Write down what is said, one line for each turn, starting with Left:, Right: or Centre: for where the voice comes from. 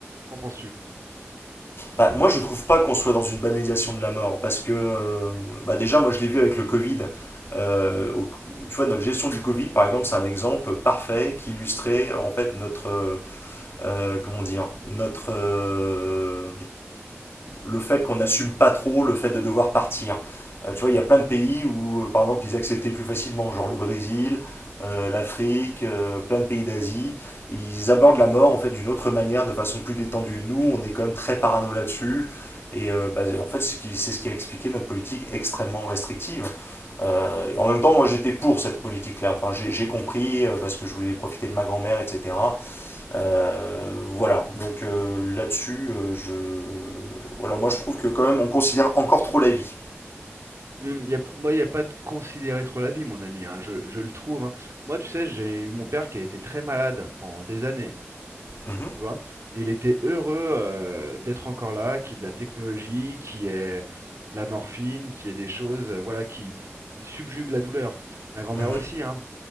Right: Qu'en penses-tu?
Left: Bah, moi, je trouve pas qu'on soit dans une banalisation de la mort, parce que euh, bah, déjà, moi, je l'ai vu avec le Covid. euh, au- tu vois, notre gestion du Covid, par exemple, c'est un exemple parfait qui illustrait en fait notre, euh, euh, comment dire, notre, euh, le fait qu'on n'assume pas trop le fait de devoir partir. Euh, tu vois, il y a plein de pays où, euh, par exemple, ils acceptaient plus facilement, genre le Brésil, euh, l'Afrique, euh, plein de pays d'Asie. Ils abordent la mort en fait d'une autre manière, de façon plus détendue. Nous, on est quand même très parano là-dessus. Et euh, bah, en fait, c'est ce qui- c'est ce qui a expliqué notre politique extrêmement restrictive. Euh, en même temps, moi j'étais pour cette politique-là. Enfin, j'ai j'ai compris euh, parce que je voulais profiter de ma grand-mère, etc. Euh, voilà, donc euh, là-dessus, euh, je... voilà, moi je trouve que quand même on considère encore trop la vie.
Right: Hmm, y a p- moi, il n'y a pas de considérer trop la vie, mon ami. hein, je, je le trouve. hein. Moi, tu sais, j'ai eu mon père qui a été très malade pendant des années,
Left: Mhm,
Right: tu vois. Et il était heureux euh, d'être encore là, qu'il y ait de la technologie, qu'il y ait de la morphine, qu'il y ait des choses, euh, voilà, qui, qui subjuguent la douleur. Ma grand-mère
Left: mhm,
Right: aussi, hein.